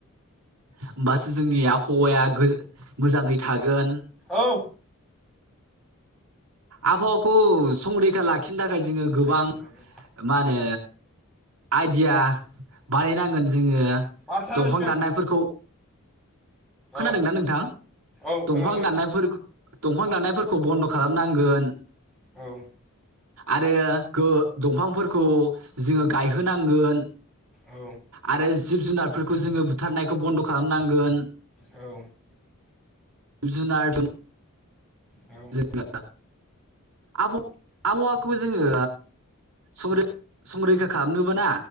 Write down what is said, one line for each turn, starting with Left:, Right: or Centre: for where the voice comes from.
Right: होमबासो जोंनि आबहावाया गो मोजाङै थागोन।
Centre: औ
Right: आबहावाखौ संरैखा लाखिनो थाखाय जोङो गोबां
Centre: टाइम खिन्थाहरलाय
Right: मा होनो आइडिया बानायनांगोन जोङो।
Centre: बार'था
Right: दंफां
Centre: जासिगोन
Right: दाननायफोरखौ खोनादोंना
Centre: औ
Right: नोंथां?
Centre: औ
Right: दंफां
Centre: खोनादों
Right: दाननायफोरख दंफां दाननायफोर खौ बन्द' खालामनांगोन।
Centre: औ
Right: आरो गो दंफांफोरखौ जोङो गायहोनांगोन।
Centre: औ
Right: आरो जिब जुनारफोरखौ जोङो बुथारनायखौ बन्द' खालामनांगोन।
Centre: औ
Right: जुनारबोन
Centre: औ
Right: गो‌ ना आब आबहावाखौ जोङो संरै संरैखा खालामनोबाना